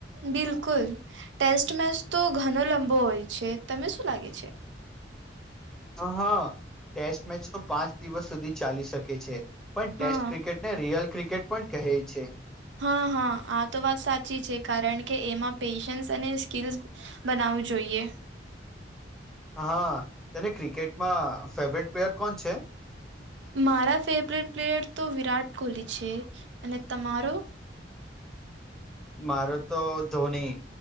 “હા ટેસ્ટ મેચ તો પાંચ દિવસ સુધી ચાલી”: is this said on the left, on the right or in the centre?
Centre